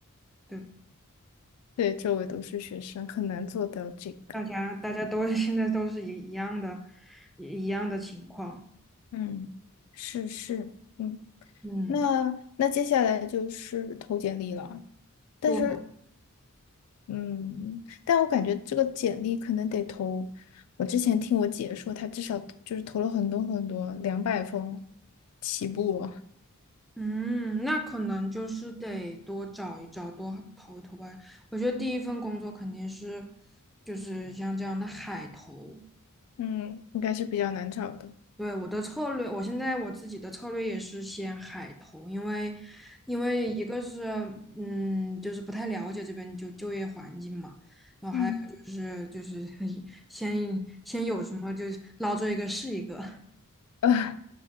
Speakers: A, in the centre; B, on the left.
A: 对，
B: 对，周围都是学生，很难做到这个。
A: 大家大家都 <laughs> 现在都是一一样的，一一样的情况。
B: 嗯，是是，嗯，
A: 嗯，
B: 那那接下来就是投简历了。但是
A: 对，
B: 嗯，但我感觉这个简历可能得投。我之前听我姐说，她至少就是投了很多很多，两百封起步哦。
A: 嗯，那可能就是得多找一找，多投一投吧。我觉得第一份工作肯定是就是像这样的海投。
B: 嗯，应该是比较难找的。
A: 对，我的策略，我现在我自己的策略也是先海投，因为因为一个是嗯，就是不太了解这边就就业环境嘛，然后还有就是就是
B: 嗯，
A: <laughs> 先先有什么就是捞着一个是一个，
B: <laughs> 呃，